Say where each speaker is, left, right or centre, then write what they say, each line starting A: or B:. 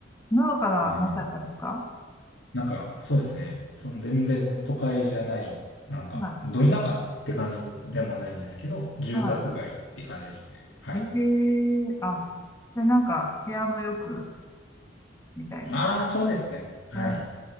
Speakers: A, on the left; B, on the left.
A: のどかなまさかですか
B: うん。なんか、そうですね。その全然都会じゃない、なんか、
A: はい。
B: ど田舎って感じでもないんですけど、住宅街って感じですね。
A: は
B: はい。
A: い。ええあ、じゃあなんか治安も良く、みたいな。
B: まあ、そうですね。はい。
A: うん。